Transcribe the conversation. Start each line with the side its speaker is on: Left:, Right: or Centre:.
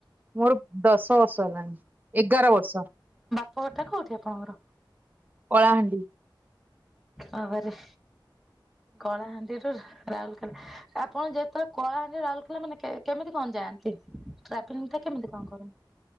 Right: ମୋର ଦଶ ବର୍ଷ ହେଲାଣି ଏଗାର ବର୍ଷ।
Centre: ଘରଟା କୋଉଠି ଆପଣଙ୍କର?
Right: କଳାହାଣ୍ଡି।
Centre: ବାବା ରେ। କଳାହାଣ୍ଡି ରେ। ରାଉଲକେଲା ଆପଣ ଯେତେବେଳେ କଳାହାଣ୍ଡି ରାଉରକେଲା ମାନେ କେମିତି କଣ ଯାଆନ୍ତି? ଟ୍ରାଭେଲିଙ୍ଗ ଟା କେମିତି କଣ କରନ୍ତି?